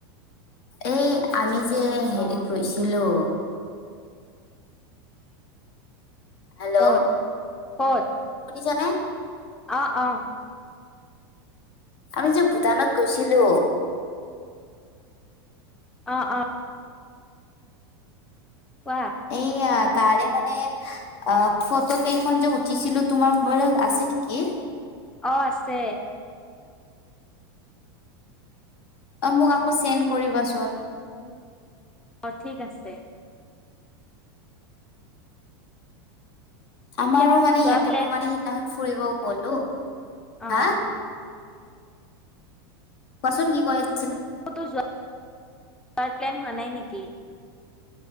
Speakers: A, on the left; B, in the centre.
A: এ আমি যে হেৰিত
B: অ
A: ৰুইছিলো হেল্লো'
B: ক'ত ক'ত
A: শুনিছানে
B: অ' অ'।
A: আমি যে ভূটানত গৈছিলোঁ
B: অ' অ'। কোৱা।
A: এইয়া তাৰে মানে অ', ফটোকেইখন যে উঠিছিলো, তোমাৰ মোবাইলত আছে নেকি?
B: অ', আছে।
A: অ' মোক আকৌ চেণ্ড কৰিবাচোন।
B: অ' ঠিক আছে।
A: আমাৰো
B: এতিয়া ক'তো
A: মানে
B: যোৱা
A: ইয়াতে
B: প্লেন
A: মই মানে সিদিনাখন ফুৰিব গ'লো
B: অ'।
A: হা কোৱাচোন কি কৈ আছিলে
B: তো যোৱাৰ প্লেন হোৱা নাই নেকি?